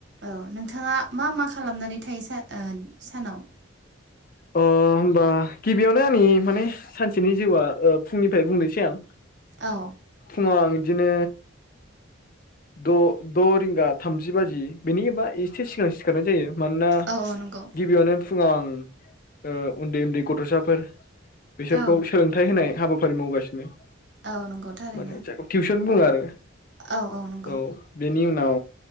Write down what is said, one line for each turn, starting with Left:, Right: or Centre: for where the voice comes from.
Right: औ नोंथाङा मा मा खालामनानै थायो सो ओ सानाव
Left: अ होमबा गिबियावनो आंनि माने सानसेनि जिउआ ओ फुंनिफ्राय बुंनोसै आं।
Right: औ।
Left: फुंआव‌ आं इदिनो द' द' रिंगा थामजि बाजि बेनि एबा एसे सिगां सिखारनाय जायो मानोना
Right: औ औ नंगौ
Left: गिबियावनो फुङाव आं ओ उन्दै उन्दै गथ'साफोर बिसोरखौ
Right: औ
Left: सोलोंथाइ होनाय हाबा फोर मावगासिनो माने
Right: औ नंगौ थारैनो
Left: जायखौ टिउसन बुङो आरो
Right: औ नंगौ
Left: औ बेनि उन औ